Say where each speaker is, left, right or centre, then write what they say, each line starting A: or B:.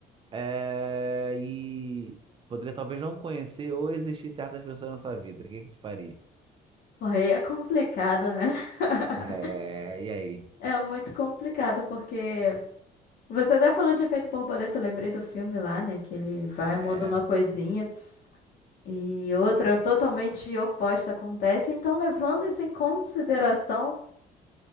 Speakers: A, on the right; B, on the left.
A: é, e poderia talvez não conhecer ou existir certas pessoas na sua vida. O que que tu faria?
B: Porra, aí é complicado, né? <laughs>
A: É, e aí?
B: É muito complicado, porque você até falou de efeito borboleta, eu lembrei do filme lá, né? Que ele vai,
A: <laughs>
B: muda uma coisinha e outra totalmente oposta acontece. Então, levando isso em consideração,